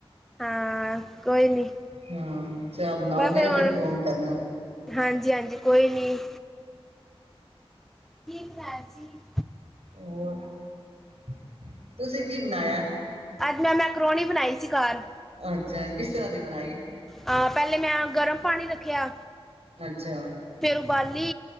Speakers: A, in the centre; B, on the right (about 80°).
A: ਹਾਂ ਕੋਈ ਨੀ
B: ਹਾਂ ਚਾਹ ਬਣਾਓਗੇ
A: ਬਸ
B: ਨਾ
A: ਹੁਣ
B: ਫਿਰ ਫੋਨ ਕਰਨਾ
A: ਹਾਂਜੀ ਹਾਂਜੀ ਕੋਈ ਨੀ ਕੀ ਬਣਾਇਆ ਸੀ?
B: ਹੋਰ <unintelligible> ਤੁਸੀਂ ਕੀ ਬਣਾਇਆ
A: ਅੱਜ ਮੈਂ ਮੈਕਰੋਨੀ ਬਣਾਈ ਸੀ ਘਰ
B: ਅੱਛਾ ਕਿਸ ਤਰ੍ਹਾਂ ਦੀ ਬਣਾਈ
A: ਹਾਂ ਪਹਿਲੇ ਮੈਂ ਗਰਮ ਪਾਣੀ ਰੱਖਿਆ
B: ਅੱਛਾ
A: ਫੇਰ ਉਬਾਲੀ